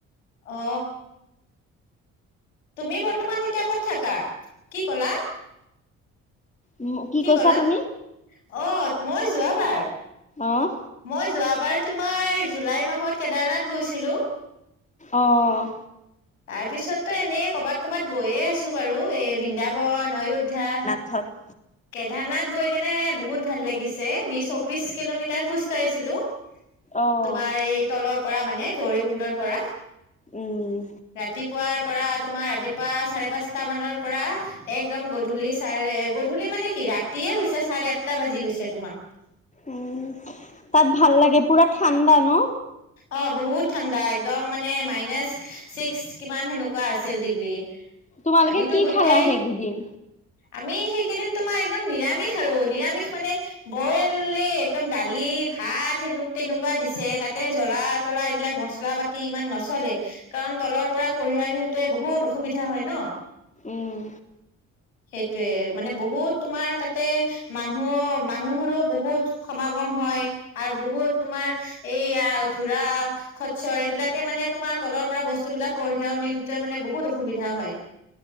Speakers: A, on the left (about 90°); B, on the left (about 20°).
A: অ। তুমি বৰ্তমান এতিয়া ক'ত থাকা কি কলা
B: উম
A: কি
B: কৈছা
A: কলা
B: তুমি?
A: অ মই যোৱা বাৰ
B: অ'
A: মই যোৱাবাৰ তোমাৰ জুলাই মাহত কেদাৰনাথ গৈছিলো
B: অঁ
A: তাৰ পিছত তো এনেই কবাত কবাত গৈয়ে আছো বাৰু এই বৃন্দাবন অয়োধ্যা
B: থাক
A: কেদাৰনাথ গৈ কেনে বহুত ভাল লাগিছে আমি চৌবিশ কিলোমিটাৰ খোজ কাঢ়িছিলো
B: অ'।
A: তোমাৰ এই তলৰ পৰা মানে গৌৰী কুণ্ডৰ পৰা
B: উম।
A: ৰাতিপুৱাৰ পৰা তোমাৰ ৰাতিপুৱা চাৰে পাঁচটা মানৰ পৰা একদম গধূলি চাৰে গূ ধূলি মানে কি ৰাতিয়ে হৈছে চাৰে আঠটা বাজি গৈছে তোমাৰ
B: উম তাত ভাল লাগে পুৰা ঠাণ্ডা ন
A: অ বহুত ঠাণ্ডা একদম মানে মাইনাচ ছিক্স কিমান সেনেকুৱা আছিল ডিগ্ৰী
B: তোমালোকে
A: আমিতো
B: কি
A: গোটেই
B: খালা সেইকেইদিন?
A: আমি সেইকেইদিন তোমাৰ একদম নিৰামিষ আৰু নিৰামিষ মানে বইল এই একদম দালি ভাত সেনু তেনেকুৱা দিছে তাতে জলা তলা এইবিলাক মচলা পাতি ইমান নচলে কাৰণ তলৰ পৰা কঢ়িয়াই নিওতে বহুত অসুবিধা হয় ন
B: উম।
A: সেইটোয়ে মানে বহুত তোমাৰ তাতে মানুহৰ মানুহৰো বহুত সমাগম হয় আৰু বহুত তোমাৰ এইয়া ঘোৰাঁ খচ্চৰ এইবিলাকে মানে তোমাৰ তলৰ পৰা বস্তু বিলাক কঢ়িয়াও নিওঁতে মানে বহুত অসুবিধা হয়